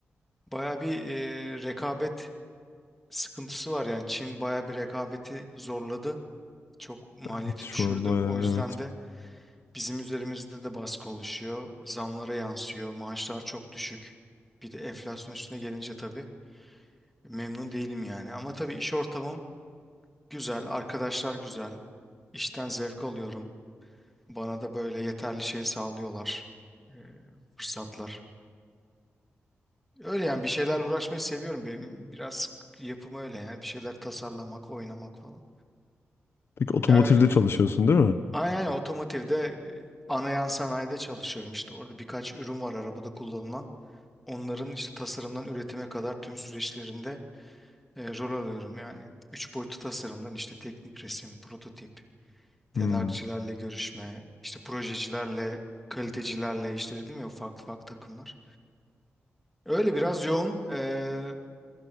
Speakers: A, in the centre; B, on the left.
A: baya bir e, rekabet sıkıntısı var yani Çin baya bir rekabeti zorladı. Çok maliyeti
B: Evet, Şu
A: düşürdü.
B: an bayağı
A: O yüzden
B: evet.
A: de bizim üzerimizde de baskı oluşuyor. Zamlara yansıyor. Maaşlar çok düşük. Bir de enflasyon üstüne gelince tabii memnun değilim yani. Ama tabii iş ortamım güzel, arkadaşlar güzel. İşten zevk alıyorum. Bana da böyle yeterli şey sağlıyorlar. e, fırsatlar. Öyle yani bir şeylerle uğraşmayı seviyorum. Benim biraz yapım öyle yani. Bir şeyler tasarlamak, oynamak falan.
B: Peki otomotivde
A: Ya öyle bir...
B: çalışıyorsun değil mi?
A: Aynen aynen otomotivde e, ana yan sanayide çalışıyorum işte. Orada birkaç ürün var arabada kullanılan. Onların işte tasarımdan üretime kadar tüm süreçlerinde e, rol alıyorum yani. Üç boyutlu tasarımdan işte teknik resim, prototip, tedarikçilerle
B: Hmm.
A: görüşme, işte projecilerle, kalitecilerle işte dedim ya farklı farklı takımlar. Öyle biraz yoğun. Ee,